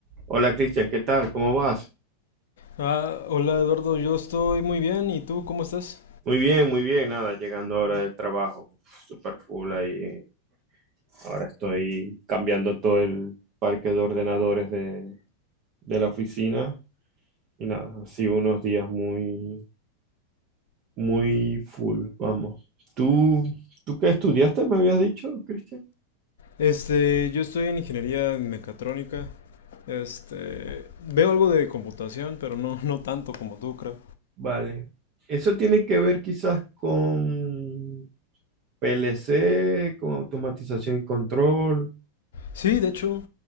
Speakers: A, on the right; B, on the left.
A: Hola Cristian, ¿qué tal? ¿Cómo vas?
B: Ah, hola Eduardo, yo estoy muy bien. ¿Y tú cómo estás?
A: Muy bien, muy bien. Nada, llegando ahora del trabajo, super full ahí. Ahora estoy cambiando todo el parque de ordenadores de, de la oficina y nada, así unos días muy, muy full, vamos. ¿Tú, tú qué estudiaste, me habías dicho, Cristian?
B: Este, yo estoy en ingeniería en mecatrónica. Este, veo algo de computación, pero no, no tanto como tú, creo.
A: Vale. Eso tiene que ver quizás con PLC, con automatización y control.
B: Sí, de hecho,